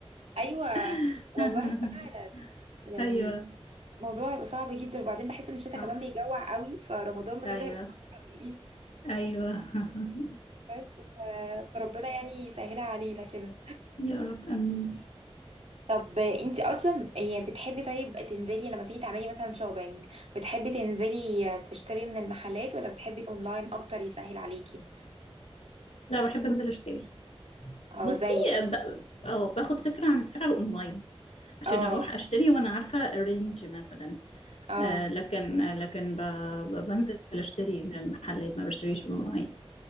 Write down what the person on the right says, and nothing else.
ايوه
والله فعلا يعني
الموضوع هيبقى صعب جدا وبعدين بحس ان الشتاء
كمان بيجوع قوي فرمضان بجد
هيبقى صعب قوي
بس ف... فربنا يعني يسهلها علينا كده
طب انت اصلا يعني بتحبي طيب تنزلي لما تيجي تعملي مثلا شوبينج بتحبي تنزلي تشتري من المحلات ولا بتحبي اونلاين اكتر يسهل عليكي
اه
زي يعني
اه
اه